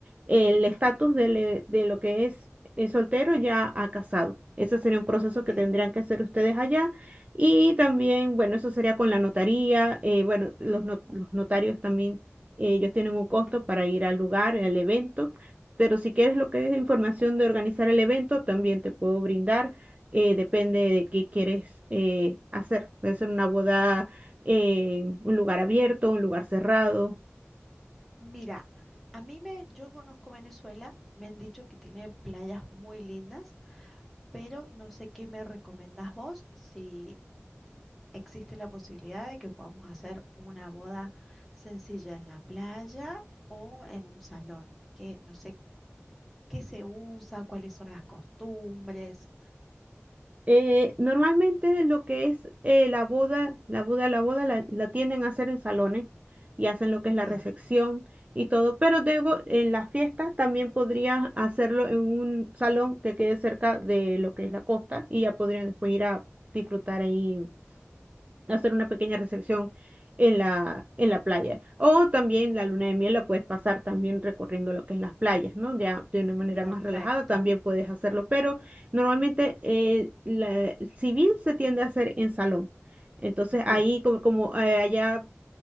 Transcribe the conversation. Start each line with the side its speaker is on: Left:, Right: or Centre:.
Right: el estatus del, eh, de, lo que es eh, soltero ya a casado. Ese sería un proceso
Centre: Mm, Bien.
Right: que tendrían que hacer ustedes allá. Y también, bueno, eso sería con la notaría. eh, bueno, los, no- los notarios también eh, Ellos tienen un costo para ir al lugar, al evento, pero si quieres lo que es información de organizar el evento, también te puedo brindar. eh, depende de qué quieres eh, hacer. Puede ser una boda, en un lugar abierto, un lugar cerrado.
Centre: Mira, a mí me, yo conozco Venezuela, me han dicho que tiene playas muy lindas. pero no sé qué me recomendás vos, si existe la posibilidad de que podamos hacer una boda sencilla en la playa o en un salón, que no sé qué se usa, cuáles son las costumbres.
Right: Eh, normalmente lo que es eh, la boda, la boda, la boda la, la tienden a hacer en salones y hacen lo que
Centre: Bien,
Right: es la recepción y todo, pero luego en la fiesta también podrían hacerlo en un salón que quede cerca de lo que es la costa y ya podrían después ir a disfrutar ahí hacer una pequeña recepción en la, en la playa. O también la luna de miel la puedes pasar también recorriendo lo que es las playas, ¿no? Ya de
Centre: mm,
Right: una manera
Centre: perfecto.
Right: más relajada también puedes hacerlo, pero normalmente eh, la- el civil se tiende a hacer en salón. Entonces
Centre: Bien.
Right: ahí como, como, eh, allá